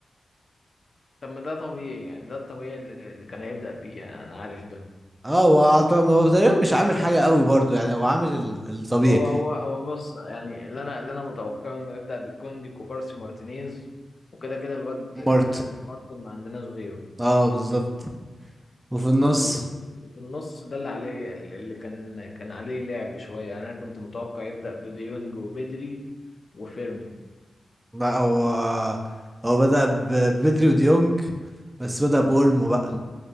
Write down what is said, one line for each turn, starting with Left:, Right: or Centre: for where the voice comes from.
Left: طب ما ده طبيعي يعني ده الطبيعي اللي اللي كان هيبدأ بيه يعني انا عارف ده
Right: اه هو عط- هو تقريبا مش عامل حاجة قوي برضو يعني هو عامل ال- الطبيعي
Left: هو هو هو بص يعني اللي انا اللي انا متوقعه انه يبدا بالكوندي كوبارسي مارتينيز وكده كده الواد آه،
Right: مارت
Left: مارتن ما عندناش غيره
Right: اه بالظبط وفي النص
Left: وفي النص ده اللي عليه اللي كان كان عليه لعب شويه يعني انا كنت متوقع يبدا بديونج وبدري وفيرمين
Right: بقى هو هو بدأ ب- بدري وديونج بس بدأ بأولمو بقى